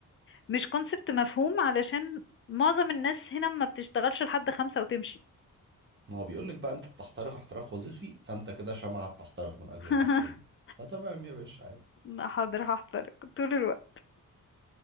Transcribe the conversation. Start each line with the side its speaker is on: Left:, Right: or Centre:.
Left: مش كونسبت مفهوم علشان معظم الناس هنا ما بتشتغلش لحد خمسة وتمشي
Right: ما هو بيقولك بقى انت بتحترق احتراق وظيفي فانت كده شمعة بتحترق من اجل
Left: <laughs>
Right: الاخرين فتمام يا باشا عادي
Left: ما حاضر هحضر طول الوقت